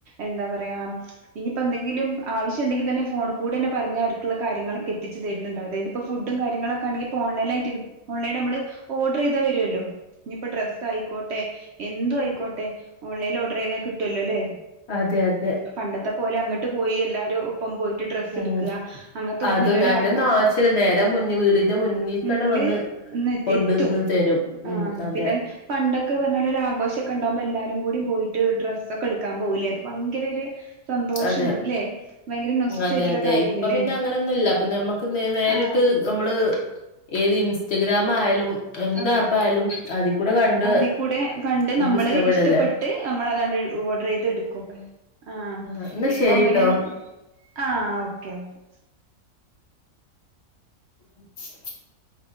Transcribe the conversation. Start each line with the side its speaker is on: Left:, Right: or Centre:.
Right: എന്താ പറയാ ഇനിയിപ്പോ എന്തെങ്കിലും ആവശ്യം ഉണ്ടെങ്കിൽ തന്നെ ഫോൺ കൂടെ തന്നെ പറഞ്ഞ അവർക്ക കാര്യങ്ങളൊക്കെത്തി തരുന്നുണ്ട അതായപ്പോ ഫുഡും കാര്യങ്ങളൊക്കെെ ഓൺലൈ ഓല നമ്മ ഓർഡർ ചെയ് വരുല്ലോ ഇപ്പൊ ഡ്രസ്സ് ആയിക്കോട്ടെ എന്തും ആയിക്കോട്ടെ ഓൺലൈനിൽ ഓർഡർ ചെയ്താൽ കിട്ടുമല്ലോ അല്ലേ
Left: അതെ അതെ
Right: പണ്ടത്തെ പോലെ അങ്ങോട്ട് പോയി എല്ലാവരും <unintelligible> പോട്ട് ഡ്രസ്എടൂക്ക്ക്ക്
Left: ഉം
Right: ആ അങ്ങനൊന്ന
Left: അതൊന്നും അയിന്റൊന്നും
Right: ആ
Left: ആവശ്യല്ല നേരെ മുന്നിൽ വീടിന്റെ മുന്നിൽക്കണ്ട്
Right: മ്മ്
Left: വന്ന്
Right: <unintelligible>
Left: കൊണ്ടന്ന്
Right: എത്തും
Left: തരും.
Right: ആ
Left: ഉം അതെ
Right: പിന്നെ പണ്ടൊക്കെ പറഞ്ഞ ഒരു ആഘോഷംക്കെ ഉണ്ടാവകുമ്പോ എല്ലാരും കൂടി പോയിട്ട് ഡ്രസ്സൊക്കെ എടുക്കാൻ പോവില്ലേ അത് ഭയങ്കര ഒരു സന്തോഷവും
Left: അതെ
Right: ല്ലേ ഭയങ്കര നൊസ്റ്റു
Left: അതെ
Right: ആയിട്ടുള്ള
Left: അതെ
Right: കാര്യാണല്ലേ
Left: ഇപ്പൊ പിന്നെ അങ്ങനെയൊന്നുമല്ല അപ്പൊ നമ്മുക്ക് നേ നേരിട്ട്
Right: ആ
Left: നമ്മള് ഏത് ഇൻസ്റ്റഗ്രാമ ആയാലും എന്ത്
Right: ആഹ
Left: ആപ്പായാലും അതിക്കൂടെ കണ്ട്
Right: അതി കൂടെ കണ്ട്
Left: നമുക്കിഷ്ടപ്പെടല്ലേ
Right: നമ്മള് ഇഷ്ടപ്പെട്ട് നമ്മൾ അതാ ഓർഡർ ചെയ്ത് എടുക്കും ആ
Left: ആഹ്, എന്നാ
Right: ഇപ്പൊ
Left: ശരിട്ടോ.
Right: എങ്ങനെയന്ന് ആ ഓക്കെ ഓക്കെ
Left: ഉ